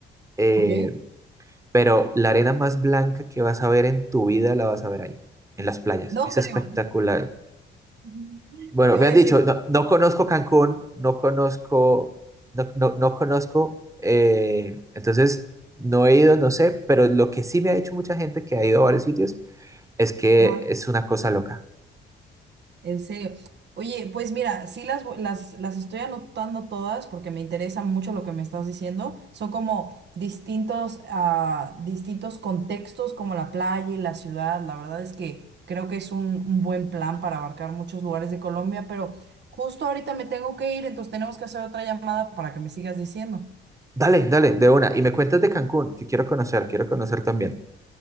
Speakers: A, on the right; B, on the right.
A: Eh,
B: Ok.
A: Pero la arena más blanca que vas a ver en tu vida la vas a ver ahí, en las playas.
B: No
A: Es
B: creo,
A: espectacular.
B: ¿eh? Ujú.
A: Bueno,
B: Te
A: me
B: iba
A: han
B: a decir.
A: dicho, no, no conozco Cancún, no conozco, no, no, no conozco, eh, entonces no he ido, no sé, pero lo que sí me ha dicho mucha gente que ha ido a varios sitios es que
B: ajá.
A: es una cosa loca.
B: En serio. Oye, pues mira, sí las, voy- las, las estoy anotando todas porque me interesa mucho lo que me estás diciendo. Son como distintos, ah, distintos contextos como la playa y la ciudad. La verdad es que creo que es un, un buen plan para abarcar muchos lugares de Colombia, pero justo ahorita me tengo que ir, entonces tenemos que hacer otra llamada para que me sigas diciendo.
A: Dale, dale, de una. Y me cuentas de Cancún, que quiero conocer, quiero conocer también.